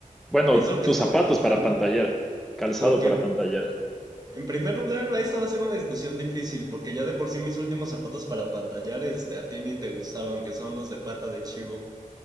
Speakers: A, in the centre; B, on the right (about 30°).
A: bueno,
B: Es lo que
A: tus
B: estaba
A: zapatos
B: pensando,
A: para pantallar, calzado
B: porque
A: para pantallar,
B: en primer lugar, esta va a ser una discusión difícil, porque ya de por sí mis últimos zapatos para pantallar, este, a ti ni te gustaban, que son los de pata de chivo,